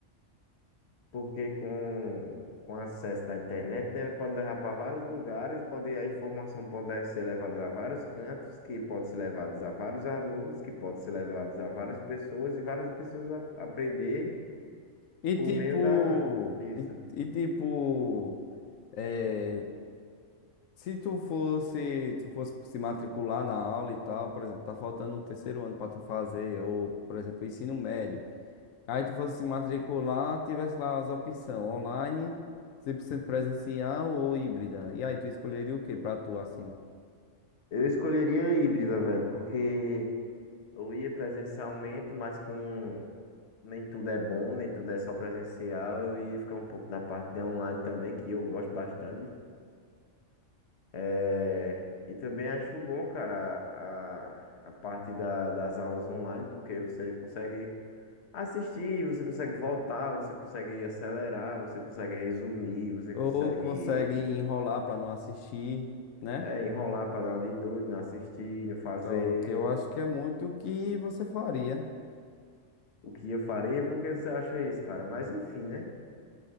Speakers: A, on the left; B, on the left.
A: Porque com, com acesso da internet, né, pode levar para vários lugares, pode, a informação pode ser levada a vários cantos, que pode ser levados a vários alunos, que pode ser levados a várias pessoas, e várias pessoas a- aprender
B: E
A: por
B: tipo,
A: meio da, disso.
B: e, e tipo, eh, se tu fosse, tu fosse se matricular na aula e tal, por exemplo, tá faltando o terceiro ano pra tu fazer, ou, por exemplo, ensino médio. Aí tu fosse se matricular, tivesse lá as opções online, 100% presencial ou híbrida. E aí tu escolheria o que pra tu assim?
A: Eu escolheria a híbrida, velho, porque eu ia presencialmente, mas com nem tudo é bom, nem tudo é só presencial, eu ia ficar um pouco na parte de online também, que eu gosto bastante. É, e também acho bom, cara, a, a, a parte da- das aulas online, porque você consegue assistir, você consegue voltar, você consegue acelerar, você consegue resumir, você
B: Ou
A: consegue
B: consegue enrolar pra não assistir, né?
A: é, enrolar para dar uma de doido, não assistir, não fazer
B: Então, que eu acho que é muito o que você faria.
A: o que eu faria, por que você acha isso, cara? Mas enfim, né?